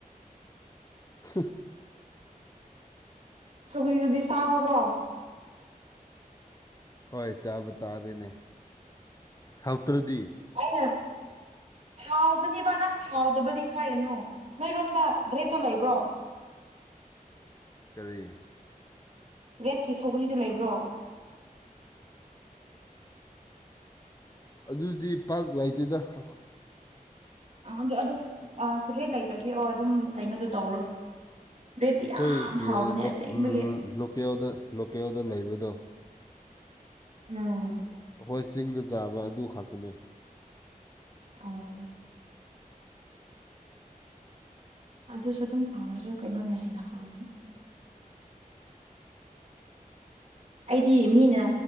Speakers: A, on the left; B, on the right.
A: ꯍ
B: ꯁꯧꯒ꯭ꯔꯤꯗꯨꯗꯤ ꯆꯥꯎꯑꯣꯀꯣ
A: ꯍꯣꯏ ꯆꯥꯕ ꯇꯥꯔꯦꯅꯦ ꯍꯥꯎꯇ꯭ꯔꯗꯤ
B: ꯑꯩꯅ ꯍꯥꯎꯒꯅꯤꯕ ꯅꯪ ꯍꯥꯎꯗꯕꯗꯤ ꯍꯥꯏꯒꯅꯨ ꯅꯣꯏꯔꯣꯝꯗ ꯔꯦꯠꯇꯣ ꯂꯩꯕ꯭ꯔꯣ
A: ꯀꯔꯤ
B: ꯔꯦꯠꯀꯤ ꯁꯧꯒꯔꯤꯗꯣ ꯂꯩꯕ꯭ꯔꯣ
A: ꯑꯗꯨꯗꯤ ꯄꯥꯥꯛ ꯂꯩꯥꯇꯦꯗ ꯑ
B: ꯑꯥꯗ ꯑꯗꯨ ꯑꯥꯁ ꯔꯦꯠ ꯂꯩꯇ꯭ꯔꯗꯤ ꯑꯣ ꯑꯗꯨꯝ ꯀꯩꯅꯣꯗꯣ ꯇꯧꯔꯣ ꯔꯦꯠꯇꯤ
A: ꯑꯩꯈꯣꯏ
B: ꯌꯥꯝ
A: ꯀꯔꯤ
B: ꯍꯥꯎꯕꯅꯦ
A: ꯍꯥꯏ ꯂꯣꯛ
B: ꯑꯁꯦꯡꯕꯒꯤ
A: ꯂꯣ ꯂꯣꯀꯦꯜꯗ ꯂꯣꯀꯦꯜꯗ ꯂꯩꯕꯗꯣ
B: ꯎꯝ
A: ꯍꯣꯏ ꯆꯤꯡꯗ ꯆꯥꯕ ꯑꯗꯨ ꯈꯛꯇꯅꯤ
B: ꯑꯣ ꯑꯗꯨꯁꯨ ꯑꯗꯨꯝ ꯍꯥꯎꯔꯁꯨ ꯀꯩꯅꯣꯅ ꯍꯦꯟꯅ ꯍꯥꯎꯕꯅꯦ ꯑꯩꯗꯤ ꯃꯤꯅ